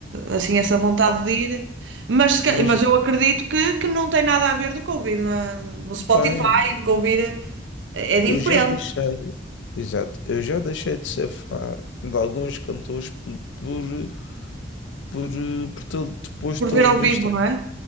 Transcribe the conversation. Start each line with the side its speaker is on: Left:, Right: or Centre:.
Right: assim essa vontade
Left: Oh,
Right: de ir. Mas, se ca-
Left: Imagina,
Right: mas eu acredito que, que não tem nada a ver do que ouvir na- no Spotify,
Left: bem,
Right: do que ouvir. É, é diferente
Left: eu já deixei, exato, eu já deixei de ser fã de alguns cantores por, por, por, eh, por ter- depois
Right: por
Left: de tê-los
Right: ver ao
Left: visto
Right: vivo, não é?